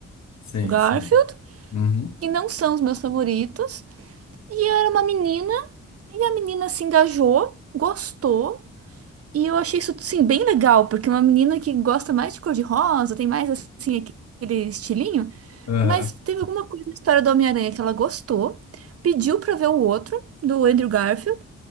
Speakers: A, on the left; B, on the right.
A: Sim,
B: Garfield,
A: sim. Uhum.
B: que não são os meus favoritos. E era uma menina, e a menina se engajou, gostou. E eu achei isso, sim, bem legal, porque uma menina que gosta mais de cor-de-rosa, tem mais, assim, aquele estilinho,
A: Aham.
B: mas teve alguma coisa na história do Homem-Aranha que ela gostou, pediu pra ver o outro, do Andrew Garfield.